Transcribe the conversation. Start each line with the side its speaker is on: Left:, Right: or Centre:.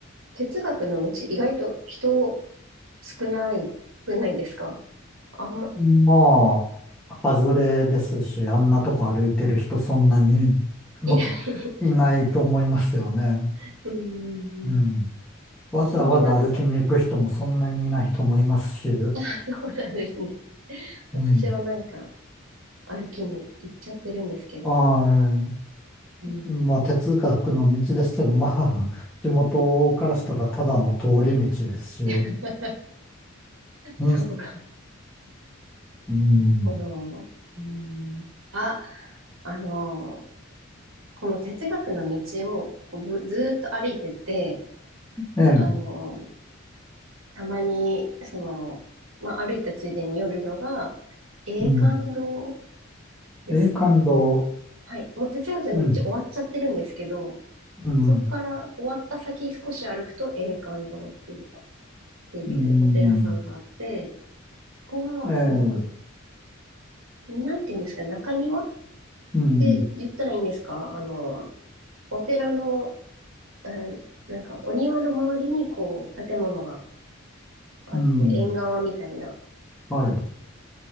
Right: 哲学の道、意外と人少ない、少ないですかあんま、
Centre: まあ、外れですし、あんなとこ歩いてる人そんなにもっと
Right: いない。
Centre: いないと思いますよね。
Right: <laughs> うんうんうん
Centre: うん。わざわざ歩きに行く人もそんなにいないと思いますし、
Right: それもなんか、<laughs> あ、そうなんですね。私はなんか、
Centre: うん。
Right: 歩きに行っちゃってるんですけど、
Centre: はい。
Right: うん、
Centre: まあ、哲学の道ですけど、まあ、地元からしたらただの通り道ですし、
Right: <laughs>
Centre: うん、
Right: そうか。
Centre: うん
Right: なるほど。うん、あ、あの、この哲学の道をこうぶずーっと歩いてて、
Centre: ええ、ええ、
Right: あの、たまに、その、まあ、歩いたついでに寄るのが、永観堂
Centre: うん、
Right: ですね。
Centre: ええ、感動、
Right: はい。もう哲学の道終わっちゃってるんですけど、
Centre: うん、うん、
Right: そこから終わった先少し歩くと永観堂っていうか、っていうお寺さんがあって、
Centre: うん、
Right: そこはすごく、
Centre: ええ、
Right: なんていうんですかね、中庭っ
Centre: うん、
Right: て言ったらいいんですかあの、お寺の、うん、なんかお庭の周りにこう建物があって、
Centre: うん、
Right: 縁側みたいな。
Centre: はい、